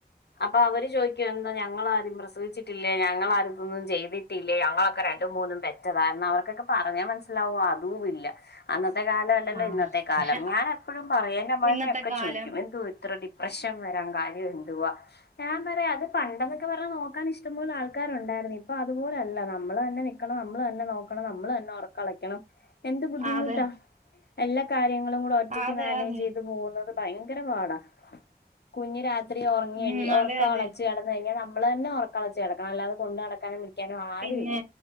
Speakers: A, on the left (about 85°); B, on the right (about 50°).
A: അപ്പൊ അവര് ചോദിക്ക്യാ എന്താ ഞങ്ങളാരും പ്രസവിച്ചി ട്ടില്ലെ ഞങ്ങളാരും ഇതൊന്നും ചെയ്തിട്ടില്ലേ ഞങ്ങളൊക്കെ രണ്ടു മൂന്നും പെറ്റതായിരുന്നു അവർക്കൊക്കെ- പറഞാ മനസിലാവോ അതും ഇല്ല അന്നത്തെ കാല ല്ല
B: ആ
A: ഇന്നത്തെ കാലം
B: പക്ഷെ
A: ഞാനെപ്പോഴും പറയും എന്റെ അമ്മായ്മയൊക്കെ
B: ഇന്നത്തെ കാലം
A: ചോദിക്കും എന്ത്വാ ഇത്ര ഡി പ്രശ്നം വരാൻ കാര്യം എന്തുവാ ഞാൻ പറയാ അത് പണ്ടെന്നൊക്കെ പറഞാ നോക്കാനിഷ്ടംപോലെ ആൾക്കാരുണ്ടായിരുന്നു ഇപ്പൊ അതുപോലെയല്ല നമ്മള് തന്നെ നി ണം നമ്മള് തന്നെ നോക്കണം നമ്മള് തന്നെ ഒറക്കളക്കണം എന്ത് ബുദ്ധിമുട്ടാ
B: ആ അതെ
A: എല്ലാ കാര്യങ്ങളും കൂടെ
B: ആ
A: ഒറ്റക്ക്
B: അതെ
A: മാനേജ്
B: അതെ
A: ചെയ്ത് പോകുന്നത് ഭയങ്കര പാടാ കുഞ്ഞ് രാ ഇത്രേ ഒറ്ങ്ങിയെണി
B: ഉം
A: ഒറ്ക്ക
B: അതെ അതെ
A: ഒളച്ച് കിടന്ന് കഴിഞ്ഞാ നമ്മളെന്നെ ഒറക്കൊളച്ച് കെടക്കണം അല്ലാത കൊണ്ട് നടക്കാനും ക്യാനും ആരുല്ല
B: പിന്നെ